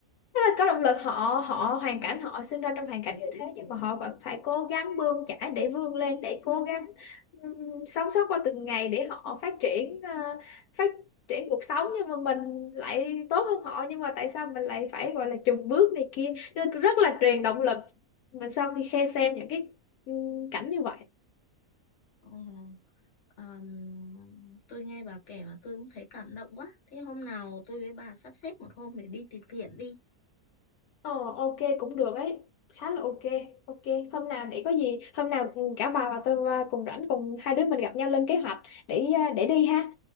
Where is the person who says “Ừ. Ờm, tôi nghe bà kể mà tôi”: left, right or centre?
Left